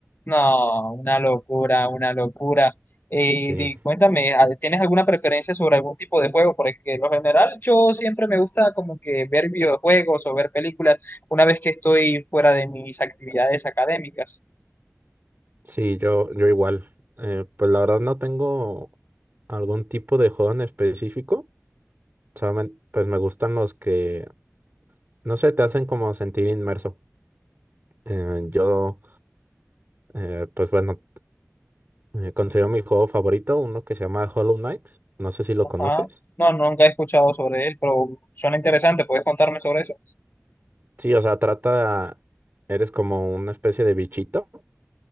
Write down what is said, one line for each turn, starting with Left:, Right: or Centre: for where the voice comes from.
Left: No, una locura, una locura. Y,
Right: Sí,
Left: di- cuéntame, ¿a- ¿tienes alguna preferencia sobre algún tipo de juego? Porque lo general yo siempre me gusta como que ver videojuegos o ver películas una vez que estoy fuera de mis actividades académicas.
Right: sí, yo, yo igual. Eh, pues la verdad no tengo algún tipo de juego en específico. Solamente, pues me gustan los que, no sé, te hacen como sentir inmerso. Eh, yo, eh, pues bueno, eh, considero mi juego favorito uno que se llama Hollow Knight. No sé si lo
Left: Ajá.
Right: conoces.
Left: No, nunca he escuchado sobre él, pero suena interesante. ¿Puedes contarme sobre eso?
Right: Sí, o sea, trata, eres como una especie de bichito